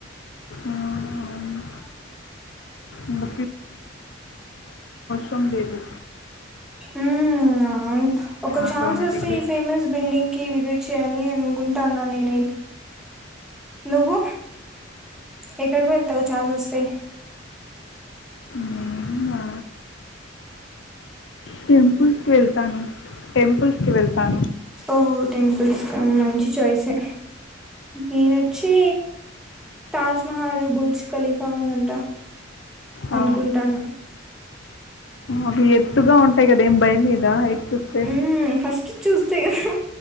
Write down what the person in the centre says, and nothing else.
ఆ
ఉ అవును ఒక
ఛాన్స్ వస్తే ఈ ఫేమస్ బిల్డింగ్ కి విజిట్ చేయాలి అనుకుంటాను నేన నువ్వుూ ఇక్కడ వెల్తవు చా వస్తయి
ఓహో టెంపుల్స్ మంచి చాయిస్ స నేనొచ్చి తాజ్మహల్ బూడ్జ ఖలీఫా ఇదంటా
అనుకుంటాను
ఉ ఫస్ట్ చూస్తే కదా